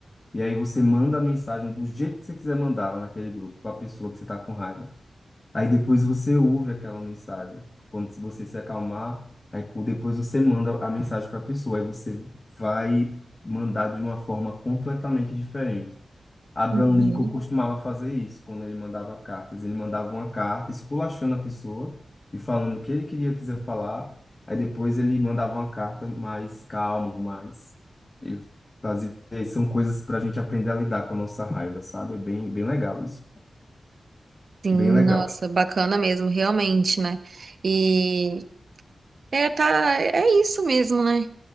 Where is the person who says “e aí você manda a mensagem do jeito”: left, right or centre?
Left